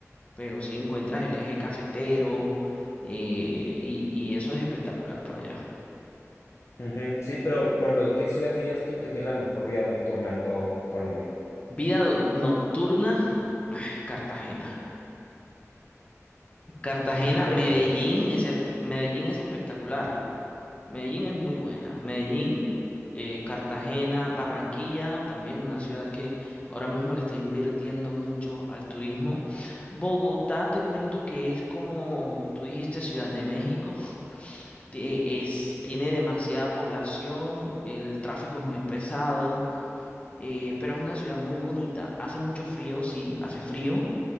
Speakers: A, on the left; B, on the left.
A: pero sí encuentras el eje cafetero eh, y, y eso es espectacular por allá
B: Ujú, Sí, pero por ejemplo, ¿qué ciudad dirías tú que tiene la mejor vida nocturna de todo Colombia?
A: vida do- nocturna ay, Cartagena Cartagena
B: ¿En serio?
A: Medellín ese Medellín es espectacular Medellín es muy buena. Medellín, eh, Cartagena, Barranquilla, también una ciudad que ahora mismo le está invirtiendo mucho al turismo. Bogotá, te cuento que es como tú dijiste, Ciudad de México. <laughs> Tie- es, tiene demasiada población, el tráfico es muy pesado, eh, pero es una ciudad muy bonita. Hace mucho frío, sí, hace frío.